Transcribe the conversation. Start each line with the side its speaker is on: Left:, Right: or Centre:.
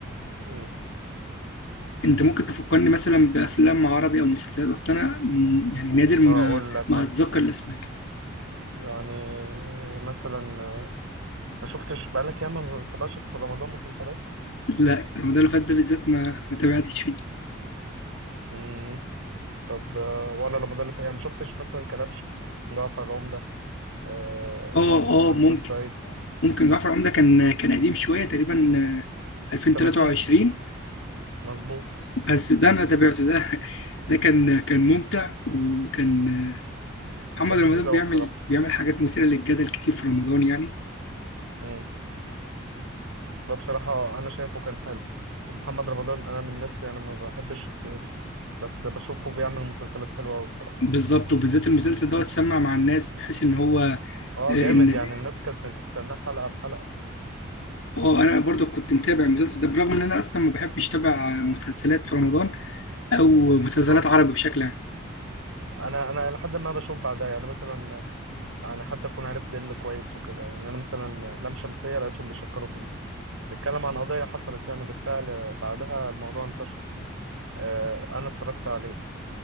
Right: امم
Left: انت ممكن تفكرني مثلا بافلام عربي او مسلسلات اصل انا م- يعني نادر ما
Right: هقول لك
Left: ما
Right: مثلا
Left: اتذكر الاسماء
Right: يعني آه، مثلا آه، ما شفتش بقالك ياما ما بتتابعش في رمضان مسلسلات
Left: لا رمضان اللي فات ده بالذات ما ما تابعتش فيه
Right: مم. طب آه، ولا رمضان اللي فات يعني ما شفتش مثلا كلبش جعفر العمدة آه،
Left: اه
Right: نسر
Left: اه ممكن
Right: الصعيد
Left: ممكن جعفر العمدة كان كان قديم شويه تقريبا آه، 2023
Right: سنتين مظبوط
Left: بس ده انا تابعته ده ده كان كان ممتع وكان آه، محمد
Right: كان
Left: رمضان
Right: لذيذ أوي
Left: بيعمل
Right: بصراحة
Left: بيعمل حاجات مثيره للجدل كتير في رمضان يعني
Right: مم. ده بصراحة أنا شايفه كان حلو ومحمد رمضان أنا من الناس يعني ما بحبش شخصيته بس بشوفه بيعمل مسلسلات حلوة أوي بصراحة
Left: وبالظبط وبالذات المسلسل ده اتسمع مع الناس بحيث ان هو
Right: اه
Left: آه،
Right: جامد
Left: ان
Right: يعني الناس كانت بتستناه حلقة بحلقة
Left: اه انا برضه كنت متابع المسلسل ده بالرغم ان انا اصلا ما بحبش اتابع مسلسلات في رمضان او مسلسلات
Right: اه
Left: عربي بشكل عام
Right: انا انا لحد ما بشوف بعدها يعني مثلا انا حتى اكون عرفت ايه اللي كويس وكده يعني انا مثلا لام شمسيه لقيتهم بيشكروا فيه بيتكلم عن قضيه حصلت يعني بالفعل بعدها الموضوع انتشر آه، انا اتفرجت عليه